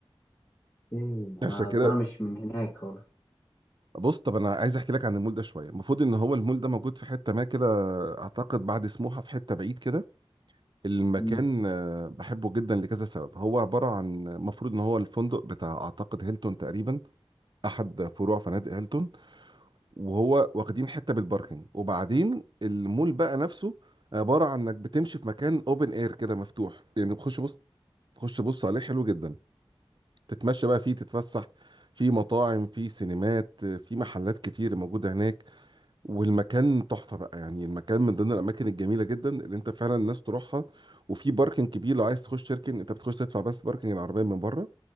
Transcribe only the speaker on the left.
إيه، أنا
أصل أنا مش من هناك خالص
مم.